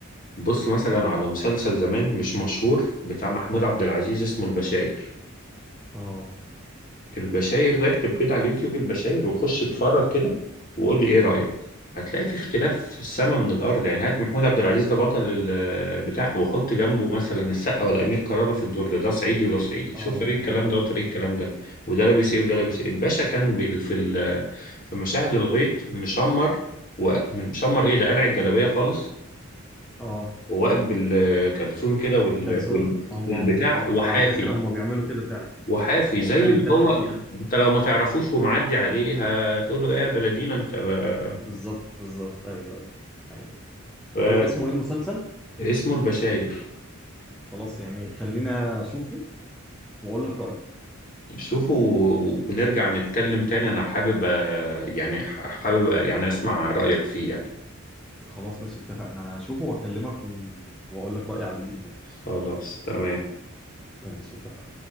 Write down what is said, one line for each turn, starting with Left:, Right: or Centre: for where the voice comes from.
Left: بص مثلا على مسلسل زمان مش مشهور بتاع محمود عبد العزيز اسمه البشاير
Centre: اه
Left: البشاير ده اكتب كده على اليوتيوب البشاير وخش اتفرج كده وقول لي ايه رأيك
Centre: امم
Left: هتلاقي في اختلاف في السما من الارض يعني هات محمود عبد العزيز ده بطل البتاع وحط جنبه مثلا السقا ولا امير كرارة في الدور ده ده صعيدي وده صعيدي شوف
Centre: اه
Left: طريقة الكلام
Centre: اه
Left: ده وطريقة
Centre: اه
Left: الكلام ده وده لابس ايه وده لابس ايه الباشا كان بال- في ال- في مشاهد الغيط مشمر ومشمر ايه ده قلع الجلابية خالص
Centre: اه
Left: وواقف بالكلسون كده وال-
Centre: بالكالسون
Left: وال-
Centre: هم
Left: والبتاع
Centre: هم آه،
Left: وحافي
Centre: على فكرة هم بيعملوا كده فعلا
Left: وحافي
Centre: هو
Left: زي
Centre: فعلا
Left: ما
Centre: ده
Left: هو
Centre: الحقيقة
Left: انت لو ما تعرفوش ومعدي عليه هتقول له ايه يا بلدينا انت بقى
Centre: بالظبط بالظبط ايوه ايوه ايوه
Left: ف-
Centre: هو اسمه ايه المسلسل
Left: اسمه البشاير
Centre: خلاص يعني خلينا اشوفه واقول لك رأيي
Left: شوفوا و- ونرجع نتكلم تاني انا حابب أ- يعني ح- حابب أ- يعني اسمع رأيك فيه يعني
Centre: خلاص ماشي اتفقنا انا هشوفه واكلمك و... واقول لك رأيي عليه جدا
Left: خلاص تمام
Centre: ماشي اتفقنا